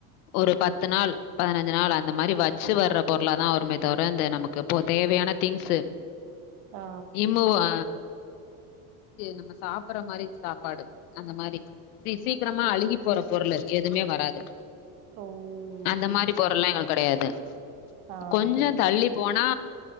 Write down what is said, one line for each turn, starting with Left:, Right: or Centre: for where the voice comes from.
Left: ஒரு பத்து நாள் பதினஞ்சு நாள் அந்த மாரி வச்சு வர்றப் போ க்குல வருமே தவிர இந்த நமக்கு இப்போ தேவயான திங்ஸ்
Right: ஆ
Left: இம்முவா நம்ம சாப்பற மாரி சாப்பாடு அந்த மாரி இ சீக்கிரமா அழுகி போற பொருள் எதுமே வராது
Right: ஓ
Left: அந்த மாரி
Right: ஓகே
Left: பொருள்லா
Right: ஓகே
Left: எங்களுக்கு கெடையாது
Right: ஆ
Left: கொஞ்ச தள்ளி போ பொனா